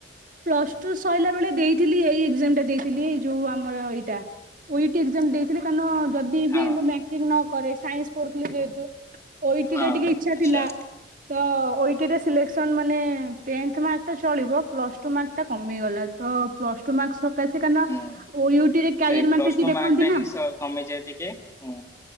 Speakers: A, on the right; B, on the left.
A: ପ୍ଲସ ଟୁ ସଇଲା ବେଳେ ଦେଇଥିଲି ଏଇ ଏଗ୍ ଜାମ ଟା ଦେଇଥିଲି ଏଇ ଯୋଉ ଆମର ଏଇଟା। ଓ ଇ ଟି ଏଗଜାମ୍ ଦେଇଥିଲି କାନ ଯଦି
B: ହଁ
A: ବି ମୁଁ ବ୍ୟାଙ୍କିଙ୍ଗ ନ କରେ ସାଇନ୍ସ ପଢ଼ୁଥିଲି ଯେହେତୁ। ଓ ଇ ଟି
B: ହଁ
A: ଟା ଟିକେ ଇଚ୍ଛା
B: ଆଚ୍ଛା
A: ଥିଲା। ତ ଓ ଇ ଟି ରେ ସିଲେକ୍ସନ୍ ମାନେ ଟେନ୍ଥ ମାର୍କତ ଚଳିବ। ପ୍ଲସ୍ ଟୁ ମାର୍କଟା କମିଗଲା ତ ପ୍ଲସ୍ ଟୁ ମାର୍କସ <unintelligible>
B: ହୁଁ।
A: ଓ ୟୁ ଟି ରେ କ୍ୟାରିୟର
B: ସେଇ
A: ମାର୍କ
B: ପ୍ଲସ
A: ଟା ଟିକେ
B: ଟୁ
A: ଦେଖନ୍ତି
B: ଟା
A: ନା।
B: ହିଁ କମିଯାଏ ଟିକେ। ହୁଁ